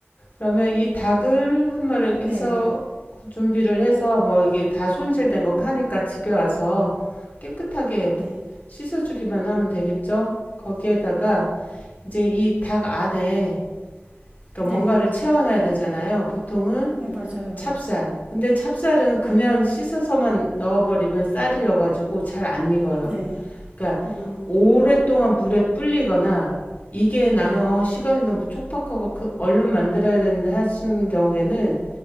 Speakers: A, on the left; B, on the right.
A: 그러면 이 닭을 한 마리
B: 네,
A: 해서 준비를 해서 뭐 이게 다 손질된 거 파니까 집에 와서 깨끗하게
B: 네,
A: 씻어주기만 하면 되겠죠? 거기에다가 이제 이 닭 안에 그러니까
B: 네,
A: 뭔가를 채워놔야 되잖아요. 보통은
B: 네, 맞아요.
A: 찹쌀. 근데 찹쌀은 그냥 씻어서만 넣어버리면 쌀이여가지고 잘 안 익어요.
B: 네,
A: 그러니까
B: 음,
A: 오랫동안 물에 불리거나 이게 나는
B: 네,
A: 어, 시간이 너무 촉박하고 그 얼른 만들어야 되는데 하시는 경우에는